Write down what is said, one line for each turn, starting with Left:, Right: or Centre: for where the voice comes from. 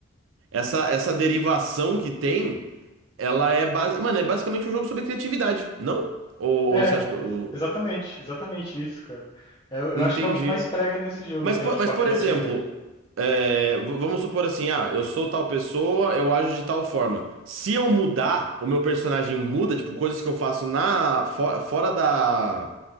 Right: essa, essa derivação que tem, ela é, ba- mano, é basicamente um jogo sobre criatividade, não? Ou,
Left: É,
Right: você acha que eu
Left: ex- exatamente, exatamente isso, cara. Eu, eu
Right: entendi?
Left: acho que é o que mais prega nesse jogo,
Right: Mas,
Left: né?
Right: po-
Left: Tipo,
Right: mas
Left: a
Right: por
Left: criatividade.
Right: exemplo, é, v- vamos supor assim, ah, eu sou tal pessoa, eu ajo de tal forma. Se eu mudar, o meu personagem muda, tipo, coisas que eu faço na fo- fora da,